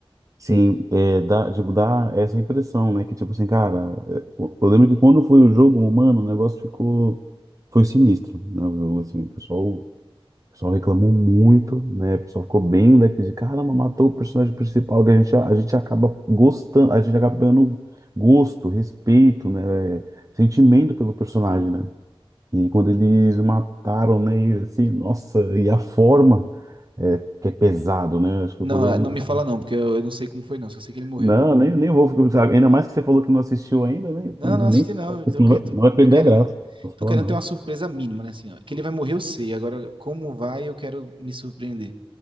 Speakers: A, on the right; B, on the right.
A: Sim, é, dá, tipo, dá essa impressão, né? Que, tipo assim, cara, é, eu eu lembro que quando foi o jogo humano, o negócio ficou. Foi sinistro, né? O jogo, assim, o pessoal O pessoal reclamou muito, né? O pessoal ficou bem daqui de caramba, matou o personagem principal, que a gente, a gente acaba gostando, a gente acaba ganhando gosto, respeito, né? Sentimento pelo personagem, né? E quando eles mataram, né? e assim, nossa, e a forma é, que é pesado, né? Acho que
B: Não,
A: o problema
B: eh, não
A: não
B: me fala
A: é.
B: não, porque eu, eu não sei como foi não, só sei que ele morreu.
A: Não, nem, nem vou ficar. Ainda mais que você falou que não assistiu ainda, né? Então,
B: Não,
A: nem,
B: não assisti
A: nem-
B: não, eu tô,
A: não
B: que-
A: vai,
B: tô,
A: não vai perder
B: tô querendo...
A: a graça. Não posso
B: Tô
A: falar,
B: querendo
A: não.
B: ter uma surpresa mínima, né? Assim, ó, que ele vai morrer, eu sei. Agora, como vai, eu quero me surpreender.